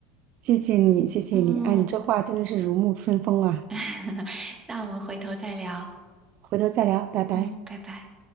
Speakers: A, on the right; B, on the right.
A: 谢谢你，谢谢你，
B: 嗯，
A: 哎，你这话真的是如沐春风啊！
B: <laughs> 那我们回头再聊。
A: 回头再聊，拜拜。
B: 嗯，拜拜。